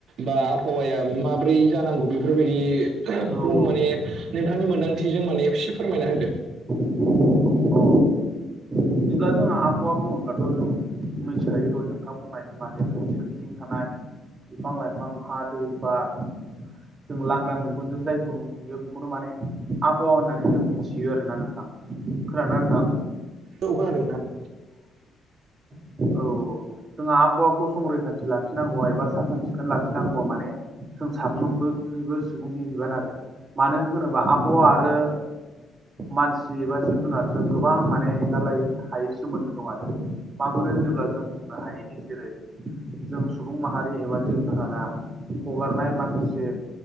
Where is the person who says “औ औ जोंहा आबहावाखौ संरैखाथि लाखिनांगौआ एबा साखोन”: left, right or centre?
Right